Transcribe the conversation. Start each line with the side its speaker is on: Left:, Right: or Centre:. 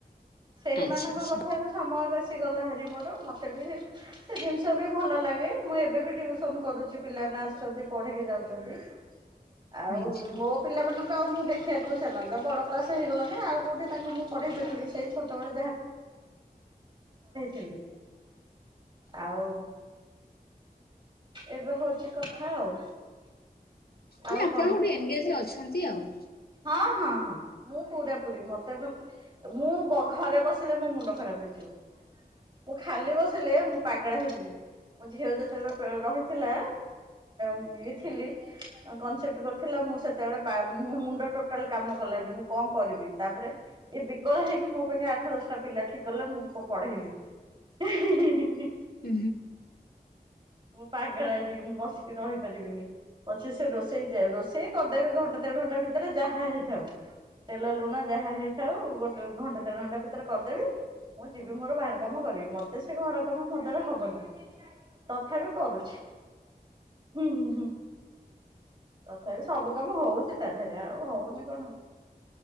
Right: ସେଇମାନଙ୍କ
Left: ଆଚ୍ଛା ଆଚ୍ଛା
Right: କଥାରୁ ସମୟ ବେ ସେଗଲା ହାରି ମୋର। ମତେ ବି ସେ ଜିନିଷ ବି ଭଲ ଲାଗେ। ମୁଁ ଏବେ ବି ଟ୍ୟୁସନ କରୁଛି ପିଲା ନାଁ ଆସୁଛନ୍ତି ପଡିକି ଛାଉଛନ୍ତି।
Left: <inaudible>
Right: ଆଉ
Left: ଆଚ୍ଛା
Right: ମୋ ପିଲାମାନଙ୍କୁ ଆଉ ମୁଁ ଦେଖିବାକୁ ସେମାନେ ତ ବଡ଼ କ୍ଲାସ୍ ହେଗଣି, ଆଉ କେଉଁଠି ତାଙ୍କୁ ମୁଁ ପଢେଇ ପାରିବି। ଛୋଟବେଳେ ଥିଲେ ଆଉ। ଏବେ ହଉଛି କଥା ଆଉ।
Left: ନାଇଁ
Right: ଆଉ
Left: ଆପଣ
Right: କଣ
Left: ଗୋଟେ ଏନଗେଜ ଅଛନ୍ତି ଆଉ।
Right: ହଁ ହଁ ହଁ। ମୁଁ ପୁରା ପୁରୀ ମତେ ବି, ମୁଁ ଘରେ ବସିଲେ ମୋ ମୁଣ୍ଡ ଖରାପ ହେଇଯିବ।
Left: <inaudible>
Right: ମୁଁ ଖାଲି ବସିଲେ, ମୁଁ ପାଗଳ ହେଇଯିବି। ମୋ ଝିଅ ଯେତେବେଳେ, ରହିଥିଲା, ମୁଁ ଇଏ ଥିଲି। କନସେପ୍ଟ କରୁଥିଲା ମୁଁ ସେତେ ବେଳେ ପାଳୁ, ମୁ ମୁଣ୍ଡ ଟୋଟାଲ କାମ କଲାନି। ମୁଁ କଣ କରିବି? ତାପରେ ଇଏ ବିକଳ ହେଇକି ମୋ ପାଇଁ ଆଠ ଦଶଟା ପିଲା ଠିକ୍ କଲେ। ଖୁବ୍ ପଢେଇଲି। ହିଁ ହିଁ।
Left: ହୁଁ।
Right: ମୁଁ ପାଗାଳା ହେଇ ଯିବି। ମୁଁ ବସିକି ରହିପାରିବିନି। ପଛେ ସେ ରୋଷେଇ ଯେ-ରୋଷେଇ କରିଦେବି ଘଣ୍ଟେ ଦେଢ ଘଣ୍ଟା ଭିତରେ, ଯାହା ହେଇଥାଉ। ତେଲ ଲୁଣ ଯାହା ହେଇଥାଉ ଗୋଟେ ଘଣ୍ଟା ଦେଢ ଘଣ୍ଟା ଭିତରେ କରିଦେବି। ମୁଁ ଯିବି ମୋର ବାହାର କାମ ମତେ ସେ ଘର କାମ ମୋ ଦ୍ୱାରା ହବନି, ତଥାବି କରୁଛି। ହୁଁ ହୁଁ ହୁଁ। ତଥାପି ସବୁ କାମ ହଉଛି ତା ହେରା ହଉନି କଣ?